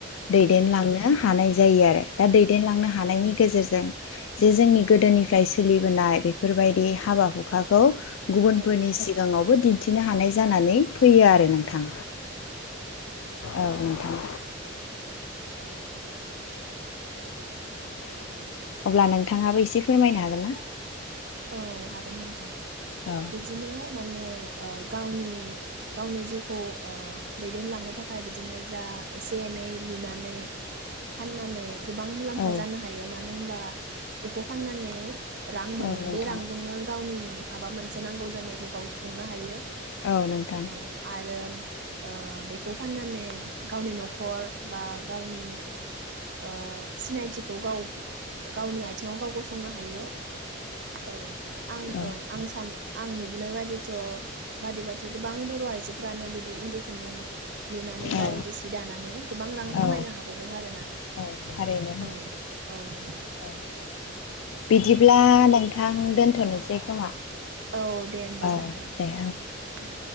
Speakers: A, on the left; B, on the right.
A: दैदेनलांनो
B: औ
A: हानाय जायो आरो। दा दैदेनलांनो
B: औ
A: हानायनि गेजेरजों जे जोंनि गोदोनिफ्राय सोलिबोनाय बेफोरबायदि हाबा हुखाखौ गुबुनफोरनि
B: औ
A: सि आवबो दिन्थिनो हानाय जानानै फैयो आरो नोंथां।
B: औ औ औ।
A: औ नोंथां। अब्ला नोंथाङाबो एसे फोरमायनो हागोन ना?
B: औ हागोन नोंथां
A: औ
B: बिदिनो माने ओ गावनि गावनि जिउखौ ओ दैदेनलांनो थाखाय बिदिनो जा एसे एनै लुनानै फाननानै गोबां मुलाम्फा
A: औ
B: जानो हायो मा नो होनबा बेखौ फाननानै रां मोनोमोन।
A: औ नोंथां
B: बे रांजोंनो गावनि माबा मोनसे नांगौ जानायखौ गाव सुफुंनो हायो।
A: औ नोंथां
B: औ आरो। ओ बेखौ फाननानै गावनि न'खर बा गावनि ओ सिनायथिखौ गाव गावनि आथिङाव गाव गसंनो हायो। औ आं
A: औ
B: ओं आं सान। आं नुबोनाय बादिथ' बादिबाथ' गोबां बर' आइजोफ्रानो बिदि इन्दि खुन्दुं लुनानै
A: औ
B: बा इन्दि सि दानानै गोबां रां खामायनो
A: औ
B: हाबोदों आरो ना
A: औ थारैनो
B: औ औ नोंथां।
A: औ बिदिब्ला नोंथां दोनथ'नोसै खोमा।
B: औ दे होमबा
A: औ
B: नोंथां
A: दे
B: औ दे।